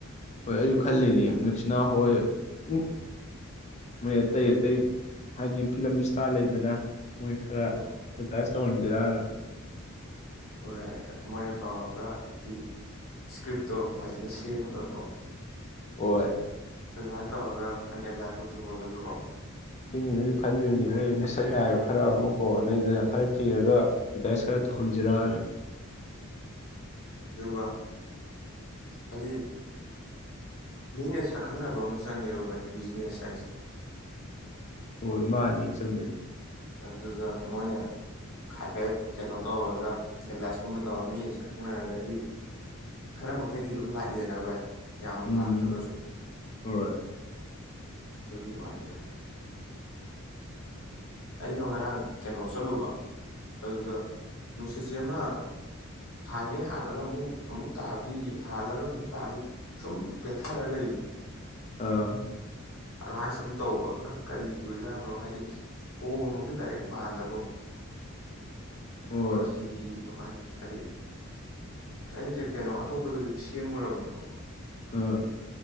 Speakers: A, on the left; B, on the left.
A: ꯍꯣꯏ ꯑꯩꯁꯨ ꯈꯜꯂꯤꯅꯦ ꯃꯦꯛꯁꯤꯅ ꯍꯣꯏ ꯎ ꯃꯣꯏ ꯑꯇꯩ ꯑꯇꯩ ꯍꯥꯏꯗꯤ ꯐꯤꯂꯝ ꯏꯁꯇꯥꯔ ꯂꯩꯗꯅ ꯃꯣꯏ ꯈꯔ ꯑꯦꯗꯕ꯭ꯔꯗꯥꯏꯁ
B: ꯎꯝ
A: ꯇꯧꯍꯟꯁꯤꯔꯅ
B: ꯍꯣꯏ ꯃꯣꯏꯅ ꯇꯧꯔꯒ ꯍꯥꯏꯗꯤ ꯏꯁꯀ꯭ꯔꯤꯞꯇꯣ ꯐꯖꯅ ꯁꯦꯝꯃꯒꯀꯣ
A: ꯍꯣꯏ
B: ꯑꯗꯨꯃꯥꯏꯅ ꯇꯧꯔꯒ ꯑꯃꯨꯛꯇꯪ ꯑꯦꯗꯚꯔꯗꯥꯏꯁ ꯇꯧꯊꯣꯛꯍꯣꯜꯂꯒꯀꯣ
A: ꯆꯤꯡ ꯃꯣꯏꯁꯨ ꯈꯜꯂꯤꯕꯅꯤ ꯃꯣꯏ ꯃꯁꯛ ꯅꯥꯏꯕ ꯈꯔ ꯑꯃꯨꯛꯀꯣ ꯂꯩꯗꯅ ꯈꯔ ꯊꯤꯔꯒ ꯑꯦꯚꯔꯗꯥꯏꯁ ꯈꯔ ꯇꯧꯍꯟꯁꯤꯔꯅ
B: ꯑꯗꯨꯒ ꯑꯗꯤ ꯃꯤꯅ ꯁꯛ ꯈꯪꯅꯕ ꯑꯃ ꯆꯪꯉꯦꯕ ꯚꯥꯏ ꯕꯤꯖꯤꯅꯦꯁ ꯍꯥꯏꯁꯦ
A: ꯍꯣꯏ ꯃꯥꯅꯦ ꯆꯨꯝꯃꯤ
B: ꯑꯗꯨꯗ ꯃꯣꯏꯅ ꯍꯥꯏꯐꯦꯠ ꯀꯩꯅꯣ ꯇꯧꯔꯒ ꯑꯦꯗꯚꯔꯇꯥꯏꯁꯀꯨꯝꯕ ꯇꯧꯔꯒ ꯃꯤꯅ ꯁꯛ ꯈꯪꯅꯔꯒꯗꯤ ꯈꯔ ꯃꯈꯩꯗꯤ ꯑꯗꯨꯝ ꯂꯥꯛꯏꯅ ꯚꯥꯏ ꯌꯥꯝ
A: ꯎꯝ
B: ꯂꯥꯛꯇ꯭ꯔꯒꯁꯨ
A: ꯍꯣꯏ
B: ꯑꯗꯨꯒꯤ ꯋꯥꯅꯤꯗ ꯑꯩꯗꯣ ꯉꯔꯥꯡ ꯀꯩꯅꯣ ꯆꯠꯂꯨꯕ ꯑꯗꯨꯗ ꯅꯨꯡꯁꯤꯠ ꯏꯆꯦ ꯑꯃ ꯍꯥꯟꯒꯩ ꯍꯥꯜꯂꯒ ꯑꯃꯨꯛ ꯑꯃꯨꯛ ꯇꯥꯕꯤ ꯍꯥꯜꯂꯒ ꯑꯃꯨꯛ ꯇꯥꯕꯤ ꯁꯨꯝ ꯄꯦꯠꯊꯔ ꯂꯩꯕꯗꯣ
A: ꯑꯥ
B: ꯑꯗꯨꯃꯥꯏꯅ ꯁꯨꯝ ꯇꯧꯕ ꯀꯔꯤꯒꯤ ꯑꯣꯏꯖꯥꯠꯅꯣ ꯍꯥꯏꯗꯤ ꯍꯣꯕꯃꯛꯁꯨ ꯗꯥꯏꯔꯦꯛ ꯃꯥꯟꯗꯕ ꯑꯃꯨꯛ
A: ꯍꯣꯏ
B: ꯀꯔꯤ ꯀꯕꯥꯥꯏ ꯍꯥꯏꯗꯤ ꯑꯩꯖꯦ ꯀꯩꯅꯣ ꯑꯇꯣꯞꯄꯗꯖꯨ ꯁꯦꯝꯃꯨꯔꯕꯅꯦꯕꯀꯣ
A: ꯑꯥ